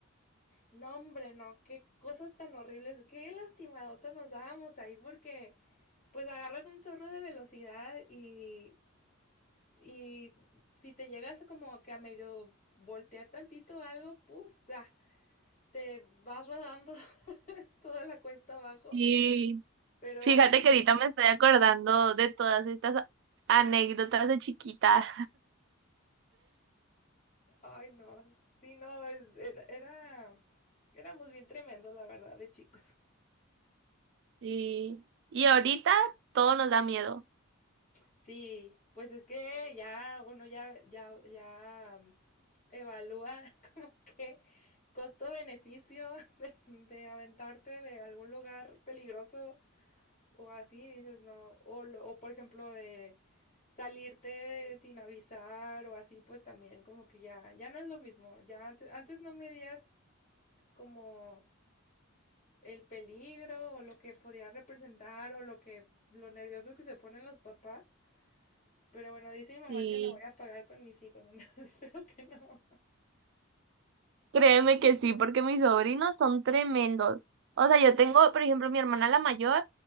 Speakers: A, on the left; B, on the right.
A: No, hombre, no, qué cosas tan horribles, qué lastimadotas nos dábamos ahí porque... pues agarras un chorro de velocidad y, y si te llegas como que a medio voltear tantito algo, pues ah, te vas rodando <laughs> toda la cuesta abajo.
B: Sí,
A: Pero,
B: Fíjate que ahorita me estoy acordando de todas estas anécdotas de chiquita.
A: ay no, sí, no, es- era, era- éramos bien tremendos, la verdad, de chicos.
B: Sí. Y ahorita todo nos da miedo.
A: Sí, pues es que ya uno ya, ya, ya mm, evalúa <laughs> como que costo-beneficio <laughs> de, de aventarte de algún lugar peligroso o así, dices no, o, lo- o por ejemplo de salirte de- sin avisar o así, pues también como que ya, ya no es lo mismo, ya antes, antes no medías como el peligro o lo que podría representar o lo que, lo nerviosos que se ponen los papás. Pero bueno, dice mi mamá
B: Sí.
A: que lo voy a pagar con mis hijos, entonces <laughs> espero que no.
B: Créeme que sí, porque mis sobrinos son tremendos. O sea, yo tengo, por ejemplo, mi hermana la mayor,